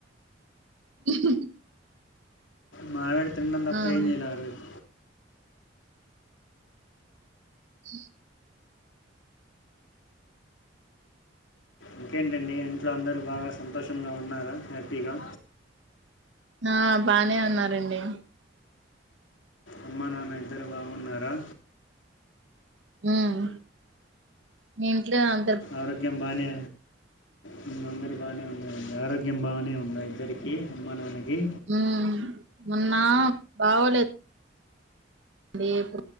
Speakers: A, on the right; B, on the left.
A: <inaudible>
B: మా ఆవిడ తినడం తప్ప
A: ఆ
B: ఏమి చెయ్యాలే ఆరోజు
A: అఆమ్ <inaudible>
B: ఇంకేంటి అండి ఇంట్లో అందరూ బాగా సంతోషంగా ఉన్నారా హ్యాపీగా
A: హా బానే ఉన్నారు అండి
B: అమ్మా నాన్న ఇద్దరు బాగున్నారా
A: హ్మ మీ ఇంట్లో అం
B: ఆరోగ్యం బానే హ్మ అందరు బాగానే ఉన్నారండి ఆరోగ్యం బాగానే ఉంద ఇద్దరికి అమ్మ నాన్నకి
A: హ్మ మొన్న బాగోలేదు రేపు